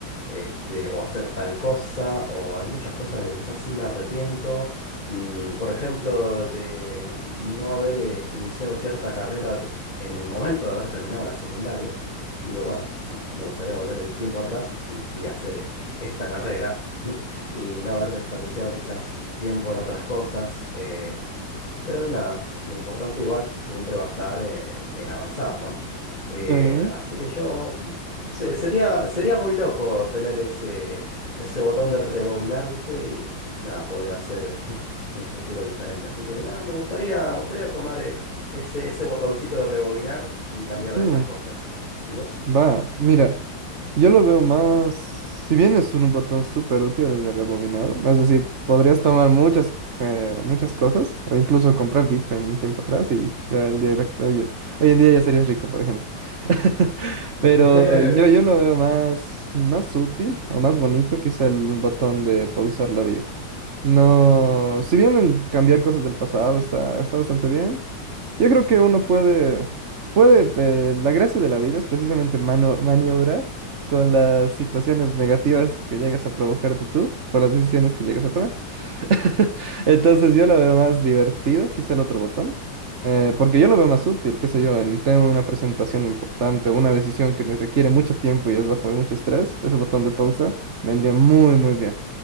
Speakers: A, on the left (about 20°); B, on the right (about 45°).
A: este, o hacer tal cosa, o hay muchas cosas que quizás sí me arrepiento. Mm, por ejemplo, de no haber eh, iniciado cierta carrera de- en el momento de haber terminado la secundaria. Digo, bueno, mm, me gustaría volver el tiempo atrás mm, y hacer esta carrera <laughs> mm, y no haber desperdiciado quizás tiempo en otras cosas. eh, pero nada, lo importante igual siempre va a estar eh, en avanzar, ¿no? Eh,
B: Ujú.
A: así que yo, mm, no sé, sería, sería muy loco tener ese, ese botón de rebobinar, ¿viste? Y nada, poder hacer <laughs> un futuro diferente. Así que nada, me gustaría, me gustaría tomar eh, ese, ese botoncito de rebobinar y cambiar algunas
B: Mm,
A: cosas. ¿Y vos?
B: Va, mira. Yo lo veo más, si bien es un botón súper útil el de rebobinado, es decir, podrías tomar muchas, eh, muchas cosas o incluso comprar Bitcoin un tiempo atrás y ya el día de hoy, hoy en día ya serías rico, por ejemplo. <laughs>
A: <laughs>
B: Pero yo, yo lo veo más, más útil o más bonito quizá el botón de pausar la vida. No,
A: Mm,
B: si bien el cambiar cosas del pasado está, está bastante bien, yo creo que uno puede, puede, eh, la gracia de la vida es precisamente mano- maniobrar con las situaciones negativas que llegas a provocarte tú por las decisiones que llegas a tomar. <laughs> Entonces
A: sí, sí.
B: yo lo veo más divertido, quizá el otro botón, eh, porque yo lo veo más útil, qué sé yo, en tengo una presentación importante, una decisión que me requiere mucho tiempo y es bajo mucho estrés, ese botón de pausa vendría muy, muy bien.